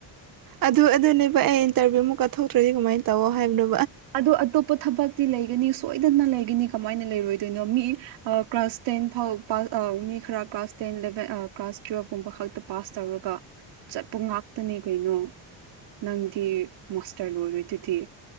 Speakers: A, on the right; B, on the right.
A: ꯑꯗꯨ ꯑꯗꯨꯅꯦꯕ ꯑꯩ ꯏꯟꯇꯔꯚꯤꯌꯨ ꯑꯃꯨꯛꯀ ꯊꯣꯛꯇ꯭ꯔꯗꯤ ꯀꯃꯥꯏꯅ ꯇꯧꯋꯣ ꯍꯥꯏꯕꯅꯣ
B: ꯑꯗꯨ ꯑꯇꯣꯞꯄ ꯊꯕꯛꯇꯤ ꯂꯩꯒꯅꯤ ꯁꯣꯏꯗꯅ ꯂꯩꯒꯅꯤ ꯀꯃꯥꯏꯅ ꯂꯩꯔꯣꯏꯗꯣꯏꯅꯣ ꯃꯤ ꯑꯥ ꯀ꯭ꯂꯥꯁ ꯇꯦꯟ ꯐꯥꯎ ꯄꯥꯁ ꯑꯥ ꯃꯤ ꯈꯔ ꯀ꯭ꯂꯥꯁ ꯇꯦꯟ ꯏꯂꯚꯦꯟ ꯑꯥ ꯀ꯭ꯂꯥꯁ ꯇꯨꯌꯦꯜꯐ ꯀꯨꯝꯕ ꯈꯛꯇ ꯄꯥꯁ ꯇꯧꯔꯒ ꯆꯠꯄ ꯉꯥꯛꯇꯥꯅꯦ ꯀꯩꯅꯣ ꯅꯪꯗꯤ ꯃꯥꯁꯇꯔ ꯂꯣꯢꯔꯥꯗꯨꯗꯤ